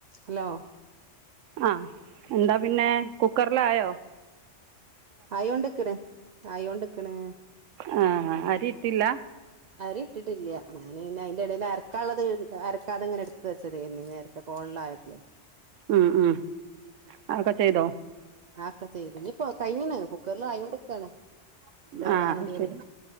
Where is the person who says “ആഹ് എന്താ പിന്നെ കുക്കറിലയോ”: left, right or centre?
Right